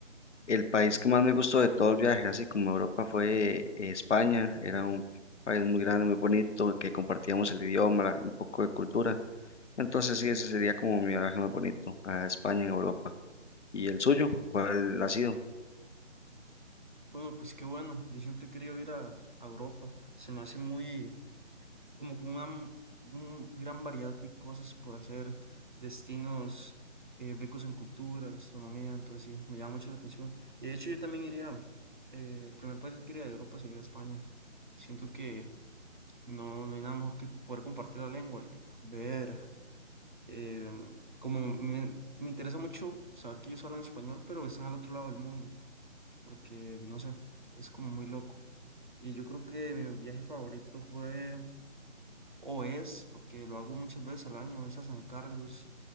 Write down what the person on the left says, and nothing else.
el país que más me gustó de todo el viaje, así como Europa, fue eh, España. Era un país muy grande, muy bonito, que compartíamos el idioma, la- un poco de cultura. Entonces sí, ese sería como mi viaje más bonito a España en Europa. ¿Y el suyo? ¿Cuál ha sido?